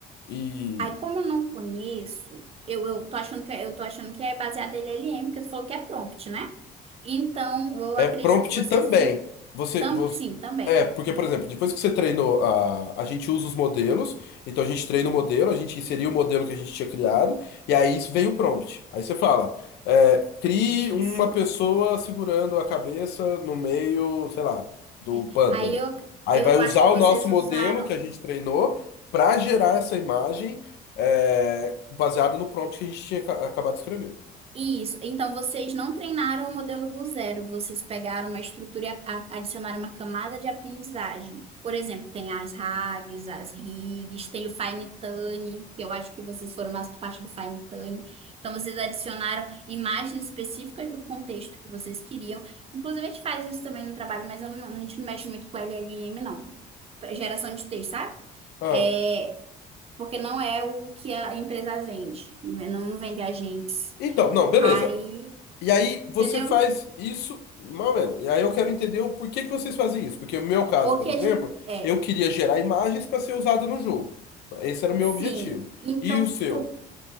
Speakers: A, on the left (about 75°); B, on the right (about 35°).
A: e.
B: Aí como eu não conheço, eu, eu tô achando que é- eu tô achando que é baseado em LLM, porque tu falou que é prompt, né? Então, eu
A: É
B: acredito
A: prompt
B: que vocês
A: também.
B: fiz,
A: Você,
B: tam,
A: você-
B: sim, também.
A: é, porque, por exemplo, depois que você treinou a, a gente usa os modelos, então a gente treina o modelo, a gente inseriu o modelo que a gente tinha criado, e aí isso vem o prompt. Aí você fala, é, crie uma
B: Isso.
A: pessoa segurando a cabeça no meio, sei lá, do
B: É.
A: pântano.
B: Aí eu,
A: Aí
B: eu
A: vai usar
B: acho que
A: o
B: vocês
A: nosso modelo
B: usaram
A: que a gente treinou para gerar
B: É.
A: essa imagem, é, baseada no prompt que a gente tinha ca- acabado de escrever.
B: Isso. Então, vocês não treinaram o modelo do zero, vocês pegaram uma estrutura e a- a- adicionaram uma camada de aprendizagem. Por exemplo, tem as RAGs, as RIGs, tem o Fine-Tune, que eu acho que vocês foram mais parte do Fine-Tune. Então, vocês adicionaram imagens específicas do contexto que vocês queriam. Inclusive, a gente faz isso também no trabalho, mas eu não- a gente não mexe muito com LLM, não. Pra Geração de texto, sabe?
A: Ah,
B: É, porque não é o que a empresa vende, não não vende agentes.
A: então, não, beleza.
B: Aí,
A: E aí você
B: entendeu?
A: faz isso, mais ou menos. E aí eu quero entender o porquê que vocês fazem isso. Porque no meu caso,
B: Porque
A: por exemplo,
B: a gente, é,
A: eu queria gerar imagens para ser usada no jogo. Então, Esse era o meu
B: sim.
A: objetivo.
B: Então,
A: E o seu?
B: tu,